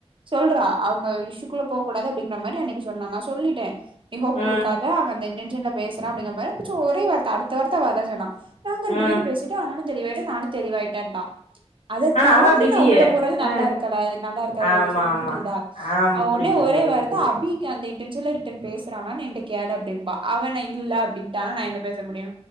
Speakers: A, on the right; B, on the left.
A: சொல்றா அவங்க இஷுக்குள்ள போ கூடாது அப்டிங்கிற மாரி அன்னைக்கு சொன்னா நா சொல்லிட்டே நீ ஹோப்
B: ம்
A: குடுக்காத அவ இந்த இன்டென்ஷன்ல பேசுறா அப்டிங்க மாரி ப்புசோ ஒரே வார்த்த அடுத் த்த வார்த்தா அவ அதா சொன்னா நாங்க ரெண்டு
B: ம்
A: பேரு பேசிட்டோ அவனு தெளிவாயிட்டா நானு தெளிவாயிட்டேன்டா அத
B: ஆனா
A: தாண்டி
B: அவ அப்டி இல்லையே
A: நா உள்ள போறது நல்லா
B: ஆ
A: இருக்கல்ல அது நல்லா இருக்கதுல
B: ஆமா
A: லூசு உனக்கு
B: ஆமா
A: புரியுதா
B: ஆமா
A: அவ
B: புரியுது
A: ஒன்னே ஒரே
B: புரியுது
A: வார்த்
B: புரியுது
A: த அபி க்கிய அந்த இன்டென்ஷன்ல ரிட்டர்ன் பேசுறானான் என்ட்ட கேளு அப்டிம்பா அவ நா இல்ல அப்டின்ட்டானா நா என்ன பேச முடியு